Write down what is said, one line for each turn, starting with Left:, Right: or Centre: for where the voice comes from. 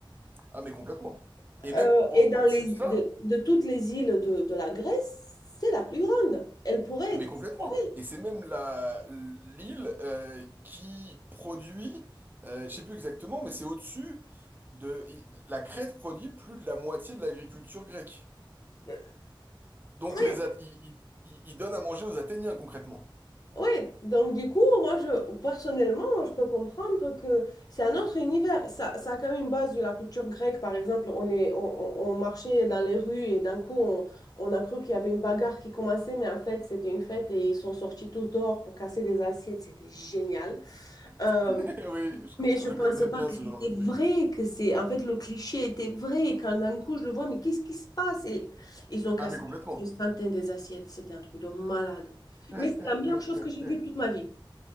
Right: Ah mais complètement. Et même
Left: Euh,
Right: au,
Left: et dans
Right: dessus
Left: les,
Right: de ça,
Left: de, de toutes les îles de, de la Grèce, c'est la plus grande. Elle pourrait
Right: ah,
Left: être
Right: mais complètement.
Left: séparée.
Right: Et c'est même la l'île euh, qui produit, euh, je sais plus exactement, mais c'est au-dessus de... La Crète produit plus de la moitié de l'agriculture grecque.
Left: Euh,
Right: Donc
Left: Oui.
Right: les At- ils, ils- ils- ils donnent à manger aux Athéniens concrètement.
Left: Oui, donc du coup, moi, je, personnellement, je peux comprendre que c'est un autre univers. Ça, ça a quand même une base de la culture grecque. Par exemple, on est, on, on- on marchait dans les rues et d'un coup, on, on a cru qu'il y avait une bagarre qui commençait, mais en fait, c'était une fête et ils sont sortis tous dehors pour casser des assiettes. C'était génial. Euh,
Right: <laughs> Oui, je comprends-
Left: mais je
Right: je
Left: pensais
Right: connais
Left: pas
Right: bien
Left: que
Right: ce
Left: c'était
Right: genre de
Left: vrai,
Right: truc.
Left: que c'est... En fait, le cliché était vrai. Et quand d'un coup, je le vois, mais qu'est-ce qui se passe? Et ils ont cassé
Right: Ah mais complètement.
Left: je pense, une centaine des assiettes. C'était un truc de malade.
Right: <laughs>
Left: Mais c'est la meilleure chose que j'ai vue de toute ma vie.